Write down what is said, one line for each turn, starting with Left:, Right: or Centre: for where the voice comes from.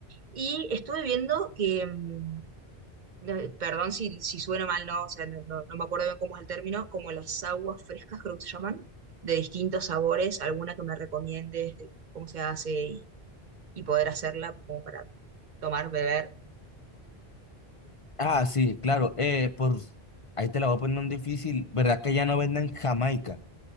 Right: Y estuve viendo que... mm, la- perdón si, si suena mal, no, o sea, no, no- no me acuerdo bien cómo es el término, como las aguas frescas, creo que se llaman, de distintos sabores, alguna que me recomiendes de cómo se hace y, y poder hacerla como para tomar, beber.
Left: Ah, sí, claro. Eh, por ahí te la voy a poner un difícil. ¿Verdad que ya no venden Jamaica?